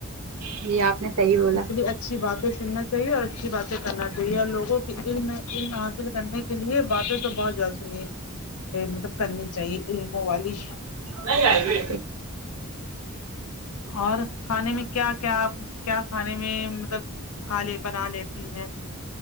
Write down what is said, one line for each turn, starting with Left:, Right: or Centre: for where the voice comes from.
Right: جی آپ نے صحیح بولا
Left: اسی لیے اچھی باتیں سننا چاہیے اور اچھی باتیں کرنا چاہیے اور لوگوں کی علم میں علم حاصل کرنے کے لیے باتیں تو بہت جلد سنئے یہ مطلب کرنی چاہیے علموں والی
Right: نہیں آئی ابھی
Left: اور کھانے میں کیا کیا آپ کیا کھانے میں مطلب خالی بنا لیتی ہیں